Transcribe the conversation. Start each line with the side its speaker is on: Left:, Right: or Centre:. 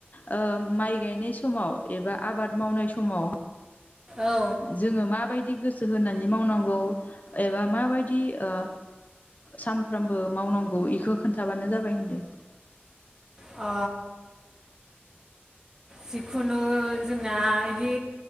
Left: ओ माइ गायनाय समाव एबा आबाद मावनाय समाव
Right: औ
Left: जो मा बायदि दि गोसो होनानै मावनांगौ एबा माबायदि ओ सानफ्रामबो मावनांगौ बेखौ खोन्थाबानो जाबाय होनदों।
Right: अ जिखुनु जोंना बिदि